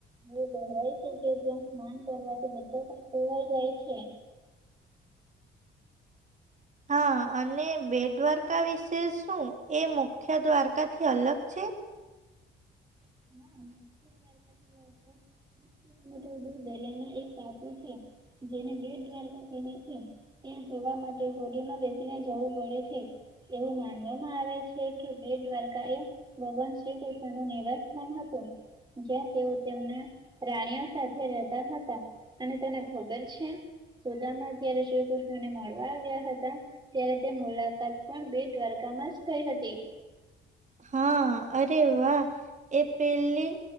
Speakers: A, on the right (about 20°); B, on the right (about 35°).
A: એવું કહેવાય છે કે ત્યાં સ્નાન કરવાથી બધાં પાપ ધોવાઇ જાય છે.
B: હા અને બે દ્વારકા વિશે શું એ મુખ્ય દ્વારકાથી અલગ છે?
A: ના મુખ્ય દ્વારકાથી <inaudible> પાનસૌ મીટર દૂર દરિયામાં એક ટાપુ છે જેને બેટ દ્વારકા કહે છે ત્યાં જવા માટે હોડીમાં બેસીને જવું પડે છે. એવું માનવામાં આવે છે કે બેટ દ્વારકા એ ભગવાન શ્રી કૃષ્ણ નું નિવસ હતું જ્યાં તેઓ તેમના રાણીઓ સાથે રહેતા હતા. અને તને ખબર છે? સુદામાં જયારે શ્રી કૃષ્ણને મળવા આવ્યા હતા. ત્યારે તે મુલાકાત પણ બેટ દ્વારકામાં જ થઈ હતી.
B: હા અરે વાહ! એ પેલી